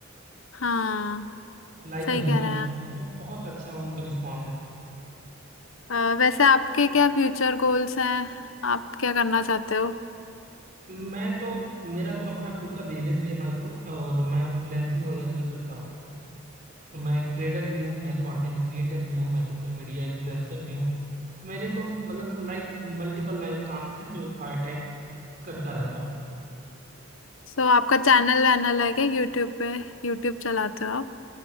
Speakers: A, on the left; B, on the right.
A: हाँ
B: लाइक
A: सही
B: अ ह्यूमन
A: कह रहे हैं
B: बहुत बहुत अच्छा उनका रिस्पॉन्स है
A: अ, वैसे आपके क्या फ्यूचर गोल्स हैं आप क्या करना चाहते हो
B: मैं तो मेरा तो अपना खुद का बिजनेस भी है माइक्रो और मैं फ्रीलैंसिंग वगैरह भी करता हूँ मैं ट्रेडर भी हूँ मैं कंटेंट क्रिएटर भी हूँ मैं सोशल मीडिया इन्फ्लुएंसर भी हूँ तो मेरे तो मतलब लाइक मल्टीपल मैं काम से जो पार्ट टाइम करता रहता हूँ
A: सो आपका चैनल वैनल है क्या यूट्यूब पे यूट्यूब चलाते हो आप